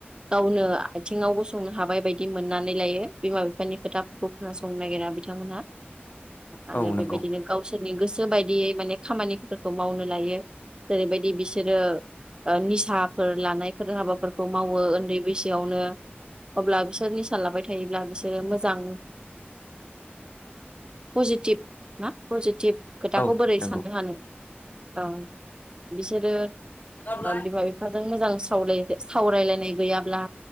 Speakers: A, on the right (about 20°); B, on the left (about 45°).
A: गावनो आथिङावबो संनो हाबाय बायदि मोननानै लायो बिमा बिफानि खोथाफोरखौ खोनासंनो नागिरा बिथांमोनहा आङो
B: औ नंगौ
A: बेबायदिनो गावसोरनि गोसो गोसो बायदियै माने खामानिफोरखौ मावनो लायो जेरैबायदि बिसोरो निसाफोर लानाय हाबाफोरखौ मावो उन्दै बैसो सोयावनो अब्ला बिसोर निसा लाबाय थायोब्ला बिसोरो मोजां पजिटिभ ना पजिटिभ खोथाखौ
B: औ
A: बोरै
B: नंगौ
A: साननो हानो औ बिसोरो
B: औ नंगौ
A: बिमा बिफाजों मोजां साव सावरायलायनाय गैयाब्ला